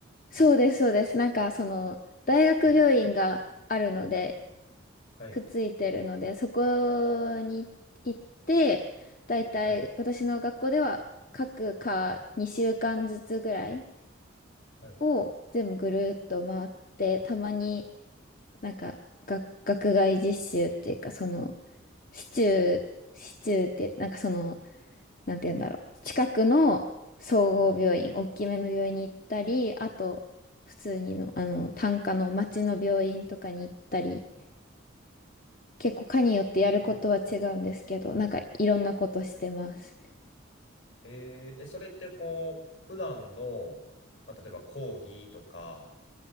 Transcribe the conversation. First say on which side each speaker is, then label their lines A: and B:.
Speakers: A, on the left (about 40°); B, on the left (about 65°).
A: そうです、そうです。なんか、その、大学病院があるので、
B: はい、はい、
A: くっついてるので、そこに行って、だいたい私の学校では各科2週間ずつぐらい
B: はい、はい、
A: を全部ぐるっと回って、たまになんか学、学外実習っていうか、その、市中、市中って、なんかその、なんて言うんだろう。近くの総合病院、
B: はい。
A: 大きめの病院に行ったり、あと、普通にの、あの、単科の町の病院とかに行ったり結構科によってやることは違うんですけど、
B: えー
A: なんかいろんなことしてます。
B: えーえそれってこう、普段の、まあ、例えば講義とか、